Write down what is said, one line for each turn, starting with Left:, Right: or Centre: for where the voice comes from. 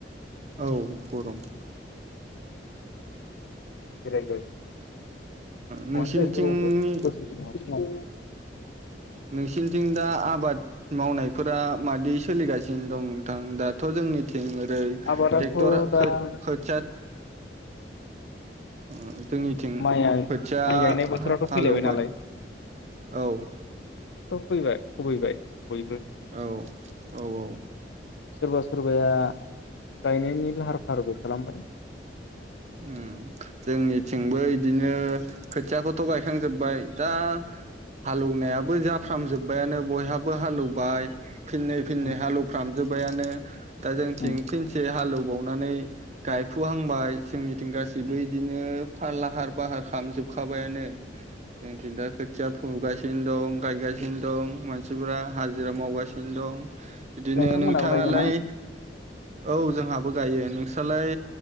Right: औ गरम
Left: <unintelligible> गरमानो
Right: नोंसोरनिथिंनि
Left: जायो बबावबो बोसोर फुङाव
Right: नोंसिनिथिं दा आबाद मावनायफोरा मादि सोलिगासिनो दं नोंथां? दाथ' जोंनि ओरै ट्रेक्टर
Left: आबादाथ' दा
Right: खोथिया ओ जोंनिथिं
Left: माइआ
Right: खोथिया
Left: माइ गायनाय बोथोरावथ'
Right: हालौबाय
Left: फैलायबाय नालाय
Right: औ
Left: खुबैबाय खुबैबाय बयबो।
Right: औ औ औ
Left: सोरबा सोरबाया गायनायनि लाहार फाहारबो खालामबाय।
Right: ओम जोंनिथिंबो इदिनो खोथियाखौथ' गायखांजोब्बाय दा हालौनायाबो जाफ्रामजोबबायानो बयहाबो हालौबाय फिननै फिननै
Left: उम
Right: हालौफ्रामजोब- बायानो दा जोंथिं
Left: उम
Right: फिनसे हालौ बावनानै गायफुहांबाय जोंनिथिं गासैबो बिदिनो फार लाहार फाहार खालामाम जोबखाबायानो जोंथिं दा खोथिया फुगासिनो दं गायगासिनो दं मानसिफोरा हाजिरा मावगासिनो दं। इदिनो
Left: नोंथांमोनाबो
Right: नोंथाङालाय
Left: गायगोना
Right: औ जोंहाबो गायो नोंस्रलाय